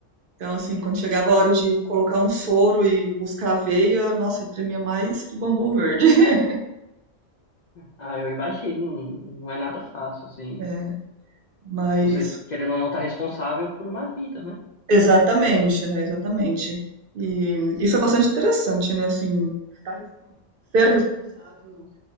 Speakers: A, on the right (about 60°); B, on the left (about 65°).
A: Então, assim, quando chegava a hora de colocar um soro e buscar a veia, nossa, eu tremia mais que bambu verde. <laughs>
B: Ah, eu imagino. Não é nada fácil, assim.
A: É, mas.
B: Você, querendo ou não, tá responsável por uma vida, né?
A: Exatamente, né? Exatamente. E isso é bastante interessante, né? Assim, estar respo- ser responsável